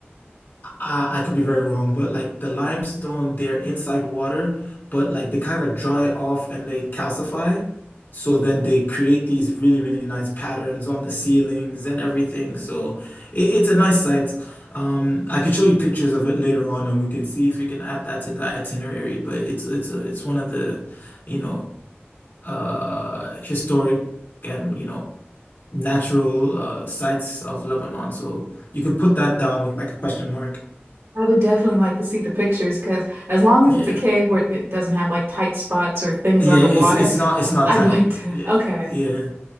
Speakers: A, on the left (about 55°); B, on the right (about 80°).
A: I, I could be very wrong, but like the limestone, they're inside water, but like they kind of dry off and they calcify. So then they create these really, really nice patterns on the ceilings and everything. So it, it's a nice sight. Um, I could show you pictures of it later on, and we can see if we can add that to the itinerary. But it's it's a, it's one of the, you know, uh, historic and you know natural uh, sites of Lebanon. So you could put that down with like a question mark.
B: I would definitely like to see the pictures because as long as
A: Yeah.
B: it's a cave where it doesn't have like tight spots or things
A: Yeah,
B: underwater,
A: it's it's not it's not
B: I'd
A: tight.
B: like to.
A: Yeah,
B: Okay.
A: yeah.